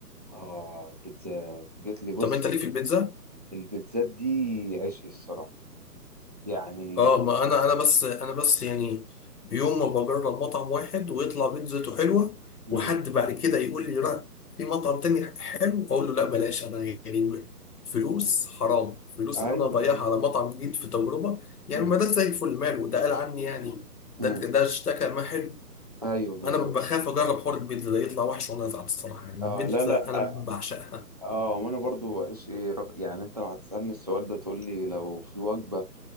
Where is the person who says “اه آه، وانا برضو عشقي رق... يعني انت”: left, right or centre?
Right